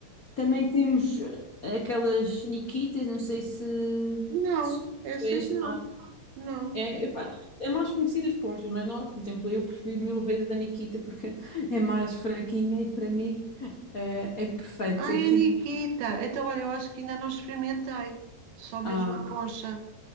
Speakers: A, on the left; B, on the right.
A: também temos aquelas niquitas, não sei se,
B: Não,
A: se
B: essas
A: conhece.
B: não, não.
A: É, epá, não- é mais conhecidas as Ponchas, mas nós, por exemplo, eu prefiro mil vezes a Nikita porque <laughs> é mais fraquinha e para mim eh, é perfeito.
B: Ai,
A: Aquilo,
B: a Nikita. Então, olha, eu acho que ainda não experimentei. Só mesmo
A: ah,
B: a poncha.